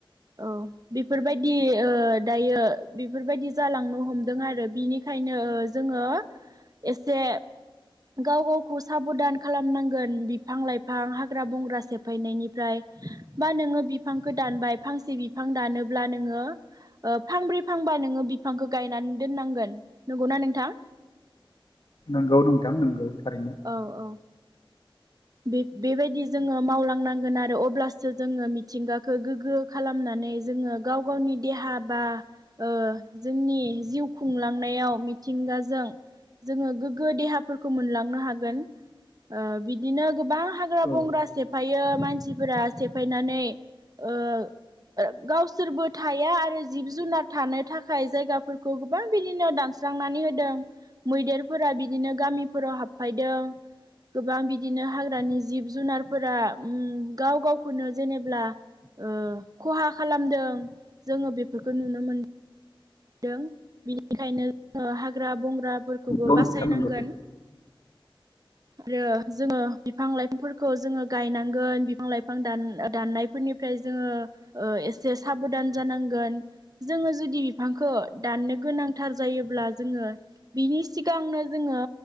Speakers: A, on the right; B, on the left.
A: औ बेफोरबायदि ओ दायो बेफोरबायदि जालांनो हमदों आरो बिनि खायनो ओ जोङो एसे गाव गावखौ साबधान खालामनांगोन बिफां लाइफां हाग्रा बंग्रा सेफायनायनिफ्राय बा नोङो बिफांखौ दानबाय फांसे बिफां दानोब्ला नोङो ओ फांब्रै फांबा नोङो बिफांखो गायनानै दोननांगोन नंगौना नोंथां?
B: नोंगौ नोंथां नंगौ थारैनो।
A: औ औ बेब-बेबायदि जोङो मावलांनांगोन आरो अब्लासो जोङो मिथिंगाखौ गोगो खालामना माने जोङो गाव गावनि देहा बा ओ जोंनि जिउ खुंलांनायाव मिथिंगाजों जोङो गोगगो देहाफोरखौ मोनलांनो हागोन ओ बिद दिनो गोबां हाग्रा
B: औ
A: बंग्रा सेफायो मानसिफोरा सेफायनानै ओ ओ गावसोरबो थाया आरो जिब जुनार थानो थाखाय जायगाफोरखौ गोबां बिदिनो दानस स्रांनानै होदों मैदेरफोरा बिदिनो गामिफोराव हाबफायदों गोबां बिद बिदिनो हाग्रानि जिब जुनारफोरा उम गाव गावखौनो जेनेब्ला ओ खहा खालामदों जोङो बेफोरखौ नुनो मोन मोनदों बिनिखायनो जोङो हाग्रा बं ग्रा फोरखोबो
B: नंगौ
A: बासायनांगोन
B: नोंथां नंगौ
A: आरो जोङो बिफां लाइफांफोरखौ जोङो गायनांगोन बिफां लाइफां‌ दान-दाननायफोरनिफ्राय जों जोङो एसे साबदान जानांगोन जोङो जुदि बिफांखो दाननो गोनांथार जायोब्ला जोङो बिनि सिगांनो जोङो